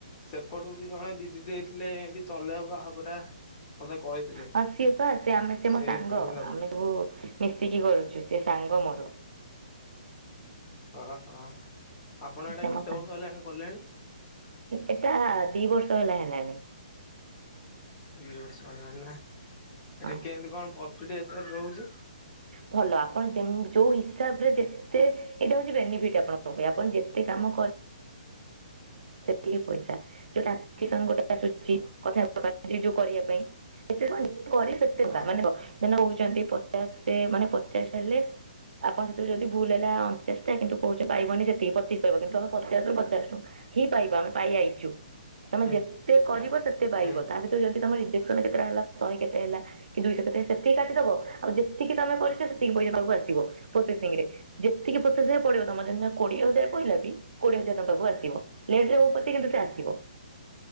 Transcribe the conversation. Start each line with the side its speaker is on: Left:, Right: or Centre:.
Left: ସେପଟୁ ବି ଜଣେ ଦିଦି ଦେଇଥିଲେ ଏମତି ଚଲେଇ ବାକୁ ଆପ ଟା। ମତେ କହିଥିଲେ
Right: ହଁ ସିଏ ପା ସେ ଆମେ ସ ମୋ
Left: ସେଇ
Right: ସାଙ୍ଗ
Left: କୁନିଦା
Right: ଆମେ
Left: ପଟୁ
Right: ସବୁ ମିଶିକି କରୁଛୁ ସେ ସାଙ୍ଗ ମୋର
Left: ହଁ ହଁ। ଆପଣ ଏଇଟା
Right: ସେ ମୋ
Left: କେତେ
Right: ସାଙ୍ଗ
Left: ବର୍ଷ ହେଲାଣି କଲେଣି?
Right: ଏଟା ଦି ବର୍ଷ ହେଲା ହେଲାଣି
Left: ଦି ବର୍ଷ ହେଲା ନାଁ
Right: ହଁ
Left: ଏଟା କେମିତି କଣ ପ୍ରଫିଟି ଏଟା ରହୁଛି?
Right: ଭଲ ଆପଣ ଯେମ ଯୋଉ ହିସାବରେ ଯେତେ ଏଇଟା ହଉଛି ବେନିଫିଟ ଆପଣଙ୍କ ପାଇଁ ଆପଣ ଯେତେ କାମ କର। ପଇସା ଯୋଉଟା ଗୋଟେ ଆସୁଛି
Left: ହଁ
Right: କଥା ଯ ଯୋଉ କରିବା ପାଇଁତେ ଯେ ସେତେ ଟଙ୍କା
Left: ହଁ
Right: ମାନେ କହେହୁ ପଚାଶ ମାନେ ପଚାଶ ହେଲେ ଆପଣ ସେଥିରୁ ଯଦି ଭୁଲ ହେଲା ଅଣାଶ ଟା କିନ୍ତୁ କହୁଛଛି ପାଇବନି ସେତିକି ପଚିଶ ପାଇହ କିନ୍ତୁମେ ପଚାଶ ରୁ ପଚାଶଟୁ ହିଁ ପାଇବା ଆମେ ପାଇ ଆଇଛୁ ତମେ
Left: ହୁଁ
Right: ଯେତେ କରିବ ସେତେ ପାଇବ
Left: ହୁଁ
Right: ତା ଭିତରୁ ଯଦି ତମର କେତେଟା ହେଲା ଶହେ କେତେ ହେଲା କି ଦୁଇଶହ କେତେ ସେତିକି କାଟିଦବ ଆଉ ଯେତିକି ତମେ କରିଛ ସେତିକି ପଇସା ଆସିବ ପୋଷେସିଂ ରେ ଯେତିକି ପୋସେସ ପଡିବ ତମ ଦି କୋଡିଏ ହଜାର ପଇଲାବି କୋଡିଏ ହଜାର ତୁମ ପାଖକୁ ଆସିବ। ଲେଟରେ ହୋଉ ପଛେ ସେ ଆସିବ।